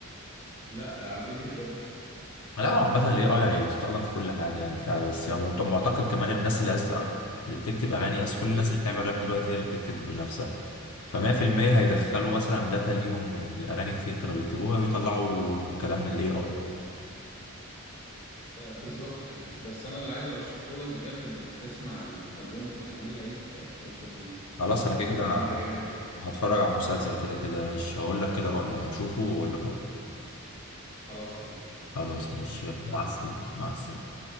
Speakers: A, on the left; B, on the left.
A: <laughs> لا آه، على الفيديو كليب
B: لا هو عامة ال AI هيستخدم في كل حاجة يعني فبس يعني طب معتقد كمان الناس اللي عايز اللي بتكتب أغاني أصل كل الناس اللي بتعمل راب دلوقتي هي اللي بتكتب بنفسها فمية في المية هيدخلوا مثلا داتا ليهم لأغاني كتير كانوا بيكتبوها بيطلعوا كلام من ال AI
A: آه، بالظبط حقيقي بس انا اللي عايز ارشحه لك بجد انك تسمع الالبوم بتاع امير عيد في مسلسل ريفو
B: خلاص أنا كده
A: البوم
B: كده
A: الاغاني ده جامد قوي
B: هتفرج على المسلسل كده كده ماشي هقول لك كده رأيي هشوفه وأقول لك رأيي
A: خلاص تمام
B: خلاص ماشي
A: يلا
B: يلا
A: سلام
B: مع السلامة مع السلامة